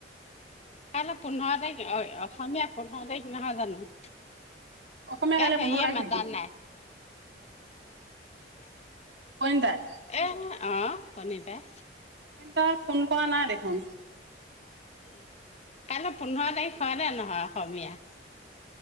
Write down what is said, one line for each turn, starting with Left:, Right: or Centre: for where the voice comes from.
Left: কাইলৈ পোন্ধৰ তাৰিখ, অ অসমীয়া পোন্ধৰ তাৰিখ নহয় জানো?
Right: অসমীয়া
Left: এয়া
Right: কাইলৈ
Left: হেইয়ে
Right: পোন্ধৰ তাৰিখ
Left: মাতা
Right: নেকি
Left: নাই? <inaudible>
Right: পনীতাই?
Left: এ অ', পনিতাই।
Right: তাই ফোন কৰা নাই দেখোন।
Left: কাইলৈ পোন্ধৰ তাৰিখ হয় নে নহয় অসমীয়া?